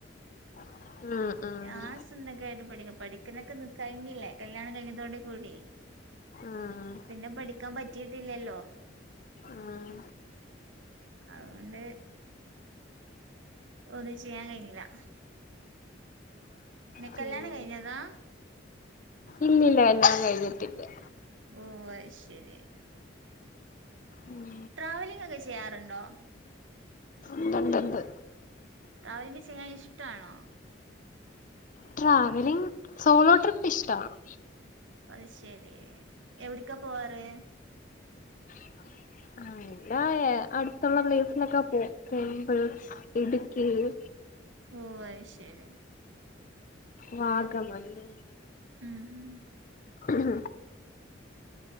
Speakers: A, on the left; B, on the right.
A: ഉം ഉം
B: ഞാൻ സ്വന്തക്കായിട്ട് പഠിക്ക, പഠിക്കുന്നതൊക്കെ കഴിഞ്ഞില്ലേ കല്യാണം കഴിഞ്ഞതോടുകൂടി.
A: ഉം
B: പിന്നെ പഠിക്കാൻ പറ്റിട്ടില്ലല്ലോ.
A: ഉം
B: അതുകൊണ്ട് ഒന്നും ചെയ്യാൻ കഴിഞ്ഞില്ല.
A: പിന്നെ
B: കല്യാണം കഴിഞ്ഞതാ
A: ഇല്ലില്ല കല്യാണം കഴിഞ്ഞിട്ടില്ല.
B: ഓ അയ് ശരിയാ.
A: ഉം
B: ട്രാവീലെ കഴിച്ച ആറണ്ണോ
A: ഉതുണ്ട്ണ്ട്
B: ട്രാവലി് ചെയ്യാൻ ഇഷ്ടാ ണോ
A: ട്രാവലിംഗ് സോളോ ട്രിപ്പ് ഇഷ്ടമാണ്
B: അത് ശരി എവിടക്കാ പോവാറ്
A: <inaudible> ആല്ല അടുത്തുള്ള ബ്ലീഫിലൊക്കെ പോവൂമ്പഴ് ഇടുക്കിയിൽ
B: ഓ അയ് ശരി
A: വാഗമന്ന്
B: ഉം ഉം
A: ഉം